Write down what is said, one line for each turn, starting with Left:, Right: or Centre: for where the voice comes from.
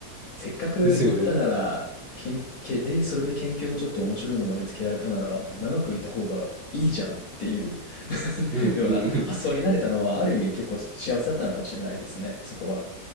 Left: せっかく行ったなら、
Right: ですよね、な
Left: 研究で、それで研究もちょっと面白いものを見つけられたなら、長くいた方がいいじゃんっていう <laughs>
Right: うんうんうん。
Left: ような発想になれたのは、ある意味結構幸せだったのかもしれないですね、そこは。